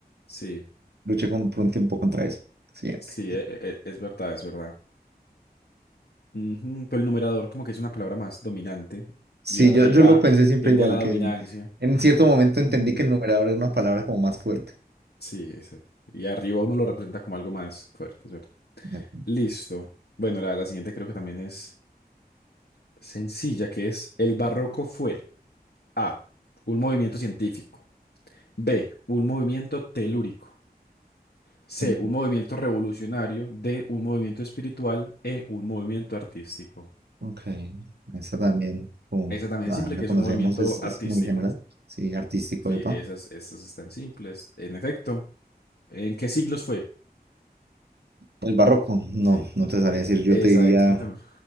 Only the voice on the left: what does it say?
Sí.
Sí, e- e- e, es verdad, es verdad. Ujú, Pero el numerador como que es una palabra más dominante
y arriba
tiende
a la dominancia.
Ujú.
Sí, ese. Y arriba uno lo representa como algo más fuerte, es verdad.
Listo. Bueno, la, la siguiente creo que también es sencilla, que es el barroco fue A, un movimiento científico. B, un movimiento telúrico. C,
un movimiento revolucionario. D, un movimiento espiritual. E, un movimiento artístico.
Esa también
es simple,
que
es un movimiento
artístico.
Sí,
esas, esas están simples. En efecto, ¿en qué siglos fue?
Mm,
Sí.
Exacto,
eso también.